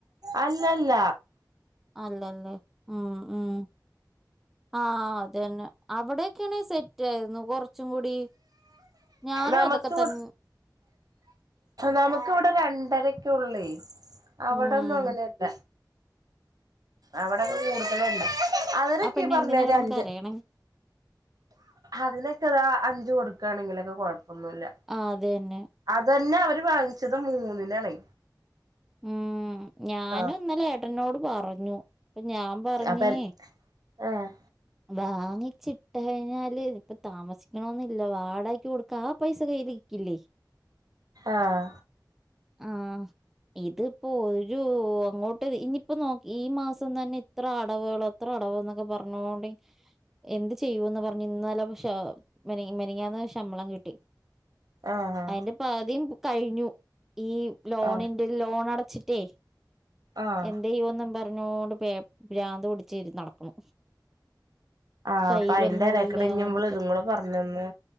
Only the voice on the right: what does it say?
അല്ലല്ല.
നമുക്ക്
ഇവ
നമുക്ക് ഇവിടെ രണ്ടരക്കെ ള്ളേ അവിടൊന്നും
അങ്ങനെല്ല അവിടെ കൂടുതലണ്ട് അതിനൊക്കെ
പറഞ്ഞെ
ഒരു
അഞ്ച്
അതിനൊക്കതാ അഞ്ച് കൊടുക്കാണെങ്കിലൊക്കെ കൊഴപ്പൊന്നുല്ല
അതന്നെ അവര് വാങ്ങിച്ചത് മൂന്നിനലാണെ.
ആഹ്
അപ്പൻ ആഹ്
ആഹ്
ആഹ്
ആഹ്
ആഹ്
ആഹ്
അപ്പൊ അയിന്റെ എടേക്കുടെ ഞമ്മള് ഇതും കൂടെ പറഞ്ഞെന്ന്.